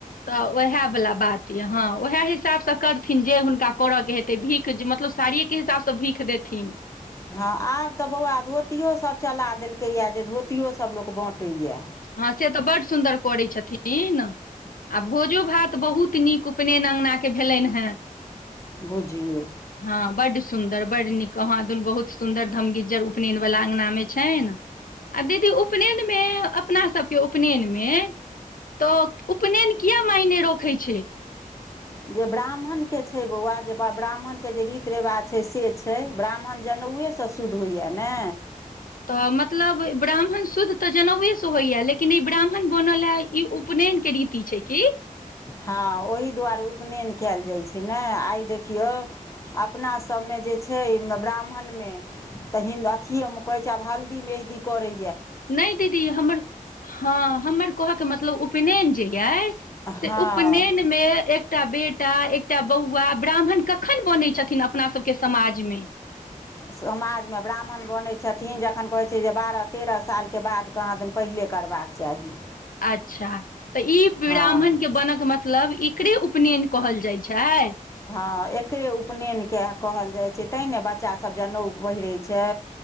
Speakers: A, on the left; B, on the left.
A: तऽ ओएह बला बात यऽ हँ ओएह हिसाबसँ करथिन जे हुनका करऽ के हेतै भीख मतलब साड़ियए के हिसाबसँ भीख देखख देथीन
B: हँ आब तऽ बौआ धोतियोसभ चला देलकैए जे धोतियोसभ लोक बाँँटैए
A: हँ से तऽ बड सुन्दर करै छथिन। भोजो भात बहुत नीक उपनयन अङ्गनाके भेलनि हेँ।
B: बुझियौ
A: हँ बड्ड सुन्दर बड्ड नीक कहाँदन बहुत सुन्दर धमगिज्जर उपनयन वला अंगना मे छैन आ दीदी उपनयंन मे अपना सबके उपनयन मे तऽ उपनयन किया मायने रखै छैय?
B: जे ब्राह्मणके छैय बौआ जे ब्राह्मणके जे रीति रिवाज छैय से छैय ब्राह्मण जनेउ त ओएसँ शुद्ध होइए ने
A: तऽ मतलब ब्राह्मण शुद्ध तऽ जनेउएसँ होइए लेकिन ई ब्राह्मण बनलए ई उपन न के रीति छैय की
B: हँ ओही दुआरे उपनयन काईल जाइत छैय ने आइ देखियौ अपनासभमे जे छैय ब्राह्मणमे तऽ हि अथियए मे कहै छैय आब हल्दी मेहदी करै
A: नहि दीदी हमर हँ हमर कहके मतलब उपनयन जे यए से
B: हँ
A: उपनयनमे एकटा बेटा एकटा बौआ ब्राह्मण कखन बनै छथिन अपना सबके समाज मे? <inaudible>
B: समाजमे ब्राह्मण बनैत छथिन जखन कहैत छैय जे बारह तेरह सालके बाद कहाँ दिन पहिले करबाक चाही
A: अच्छा तऽ ई ब्राह्मणके
B: हँ
A: बनक मतलब ई केकरे उपनयन कहल जाइ छै
B: हँ एकरे उपनयनके कहल जाइत छै तैँ ने बच्चासभ जनेउ पहिरै छै